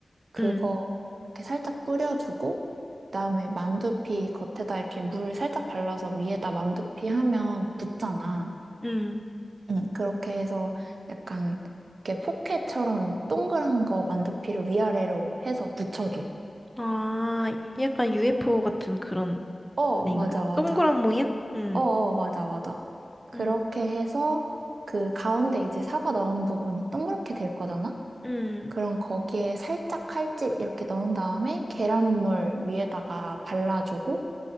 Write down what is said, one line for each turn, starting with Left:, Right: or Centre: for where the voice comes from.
Right: 그거
Centre: 음,
Right: 이렇게 살짝 뿌려주고, 그다음에 만두피 겉에다 이렇게 물 살짝 발라서 위에다 만두피 하면 붙잖아.
Centre: 음.
Right: 응, 그렇게 해서 약간 이렇게 포켓처럼 동그란 거 만두피를 위아래로 해서 붙여줘.
Centre: 아, 약간 UFO 같은 그런
Right: 어,
Centre: 아닌가?
Right: 맞아, 맞아.
Centre: 동그란 모양? 음,
Right: 어, 어, 맞아, 맞아. 그렇게
Centre: 음.
Right: 해서 그 가운데 이제 사과 넣은 부분이 동그랗게 될 거잖아?
Centre: 음,
Right: 그럼 거기에 살짝 칼집 이렇게 넣은 다음에 계란물 위에다가 발라주고